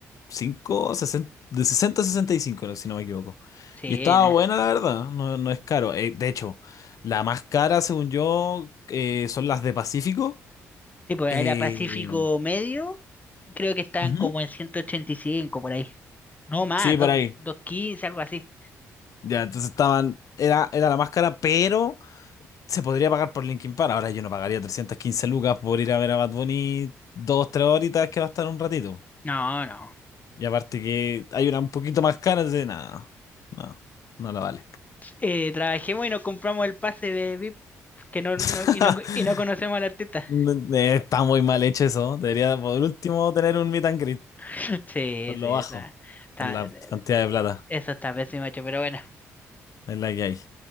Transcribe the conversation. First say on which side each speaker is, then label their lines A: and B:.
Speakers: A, on the left; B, on the left.
A: cinco sesenta de 60 a 65, no- si no me equivoco.
B: sí,
A: Y estaba
B: no.
A: buena, la verdad, no, no es caro. Eh, de hecho, la más cara, según yo, eh, son las de Pacífico.
B: Sí, pues
A: Eh,
B: era Pacífico Medio, creo que estaban
A: ujú.
B: como en 185 por ahí. No más,
A: Sí, por
B: dos-
A: ahí.
B: 215, algo así.
A: Ya, entonces estaban, era, era la más cara, pero se podría pagar por Linkin Park. Ahora yo no pagaría 315 lucas por ir a ver a Bad Bunny dos, tres horitas que va a estar un ratito.
B: No, no.
A: Y aparte que hay una un poquito más cara, de nada, no, no la vale.
B: Eh, trabajemos y nos compramos el pase de VIP que no, no-
A: <laughs>
B: y, no, y no conocemos al artista.
A: Eh, Está muy mal hecho eso. Debería por último tener un meet and greet,
B: <laughs> Sí,
A: por lo
B: sí, está,
A: bajo.
B: está-
A: Cantidad de plata
B: eso está pésimo hecho, pero bueno.
A: es la que hay.